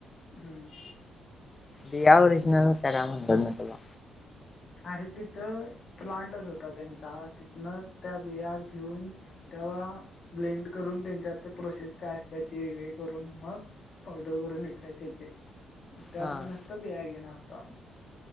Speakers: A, on the left; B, on the left.
A: हम्म.
B: बिया ओरिजनल होत्या का म्हणलं मी तुला?
A: अरे तिथं प्लांटच होता त्यांचा तिथन त्या बिया घेऊन तेव्हा ब्लेंड करून, त्यांच्या त्या प्रोसेस काय असते ती हे करून मग पावडर करून विकायचे ते मग त्या
B: हा
A: पण नुसत बिया घेणार होतो आम्ही.